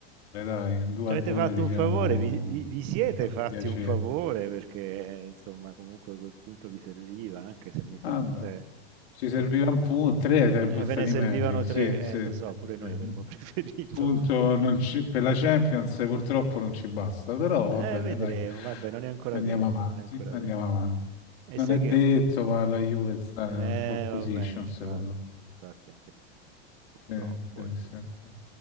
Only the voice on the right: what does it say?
Ci avete
fatto
un favore, vi, vi- vi siete
fatti
un favore perché eh, insomma comunque quel punto vi serviva, anche se mi sa,
cioè,
cioè,
eh,
ve ne servivano
tre,
eh,
lo
so, pure noi
avremmo <laughs> preferito.
Eh,
vedremo,
vabbè, non è ancora
detto,
non è ancora
detto.
E
sai
che
ho,
Eh
vabbè, infatti,
eh, infatti anche secondo me, purtroppo
aggiungo.